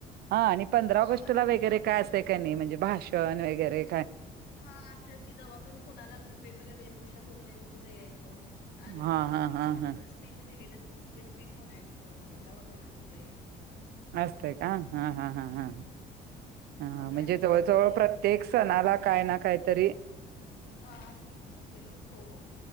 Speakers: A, on the right; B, on the left.
A: हा आणि पंधरा
B: हा
A: ऑगस्टला
B: आवाज
A: वगैरे काय असतंय का नाही म्हणजे भाषण वगैरे काय?
B: हा असं की जव्हा पण कोणाला वेगवेगळ्या वेशभूषा करून याय सुद्धा यायचो आणि
A: हां
B: कुणाला
A: हां
B: स्पीच
A: हां हां
B: स्पीच दिलेली असं ते स्पीच म्हणायचं झेंडावंदन असतंय.
A: असतंय का हा हा
B: हम्म
A: हा हा हा
B: कोण
A: म्हणजे
B: राणी लक्ष्मी
A: जवळजवळ प्रत्येक
B: सुरे
A: सणाला काय ना काही तरी
B: अ असं ते हो